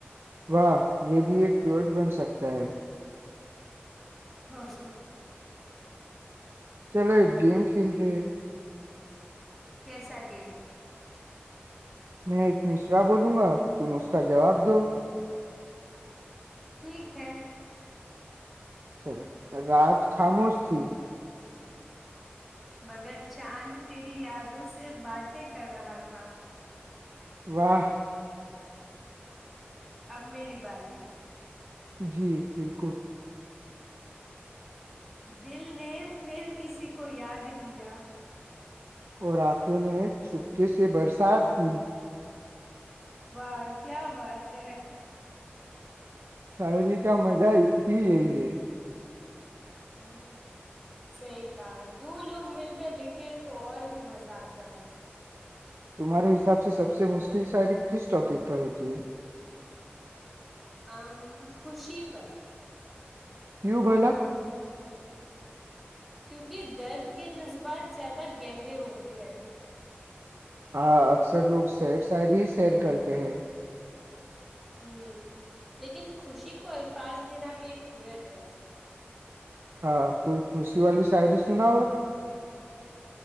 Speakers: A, on the right; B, in the centre.
A: واہ یہ <unintelligible> بھی ایک کیوٹ بن سکتا ہے
B: ہاں <inaudible>
A: چلو ایک گیم کھیلتے ہیں <unintelligible>
B: کیسا گیم <unintelligible>
A: میں ایک مشرا بولوں گا تم اس کا جواب دو <unintelligible>
B: ٹھیک ہے <unintelligible>
A: چلے رات خاموس ت <unintelligible>
B: مگر چاند تیری یادوں سے باتیں کر رہا تھا <unintelligible>
A: واہ <inaudible>
B: اب میری باری <unintelligible>
A: جی بالکل <unintelligible>
B: دل نے پھر کسی کو یاد کیا <unintelligible>
A: اور آنکھوں نے چھپکے سے برسات کی
B: واہ کیا بات ہے
A: شعری کیا مزہ ہی ہے یہ
B: ہ صحی کہا دو لوگ مل کر لکھے تو اور بھی مزہ آتا ہے
A: تمہارے حساب سے سب سے مشکل شاعری کس ٹاپک پر ہوتی ہے
B: ا خوشی پر
A: کیوں بولا
B: کیونکہ درد کے جذبات زیادہ گہرے ہوتے ہیں
A: ہاں اکثر لوگ سیر سیر ہی سیر کرتے ہیں
B: ہوں لیکن خوشی کو الفاظ دینا بھی ایک ہنر ہے
A: ہاں کوئی خوشی والی شاعری سنا ہو